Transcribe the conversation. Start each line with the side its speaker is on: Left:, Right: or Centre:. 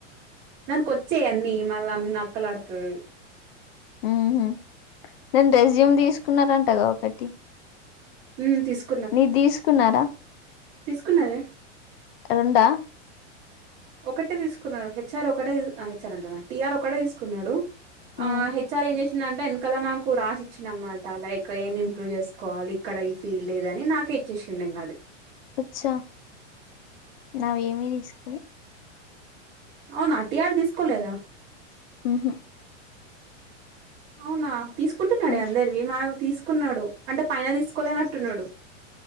Right: దానికొచ్చే అన్నీ మనాలా నక్కలాడుతుంది
Left: ఉహు నేను రెజ్యూమ్ తీసుకున్నారంటగా ఒకటి.
Right: ఉమ్ తీసుక్
Left: నీది తీసుకున్నారా?
Right: తీసుకున్నర
Left: రెండా
Right: ఒకటే తీసుకున్నడు, హెచ్ ఆర్ ఒకటే హెచ్ ఆర్ అంటన్న టి ఆర్ ఒకటే తీసుకున్నడు.
Left: హ్మ్.
Right: ఆ హెచ్ ఆర్ ఏం చేషిండంటే, ఎనకల నాకు రాసి ఇచ్చిడనమాట. లైక్ ఏం ఇంప్రూవ్ చేసుకోవాలి? కడ ఈ ఫీల్డ్ లేదని నాకే ఇచ్చేషిండింగది
Left: అచ్చా నావేమి తీసుకులె
Right: అవునా టీ ఆర్ తీసుకోలేదా?
Left: ఉహు
Right: అవునా తీసుకుంటున్నడే
Left: హ్మ్.
Right: అందరివి, మావి తీసుకున్నడు అంటే పైన తీసుకోలేనట్టున్నడు.